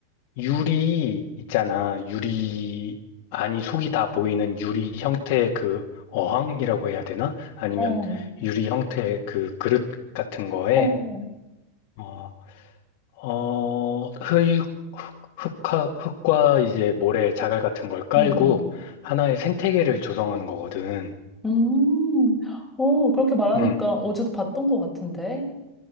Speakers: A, on the left; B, in the centre.
A: 유리 있잖아. 유리, 아니, 속이 다 보이는 유리 형태의 그 어항이라고 해야 되나? 아니면
B: 어,
A: 유리 형태의 그 그릇 같은 거에,
B: 어,
A: 어, 어, 흙, 흙, 흙화- 흙과 이제 모래 자갈 같은 걸 깔고
B: 응, 응.
A: 하나의 생태계를 조성하는 거거든.
B: 음, 어, 그렇게 말하니까
A: 음,
B: 어제도 봤던 것 같은데.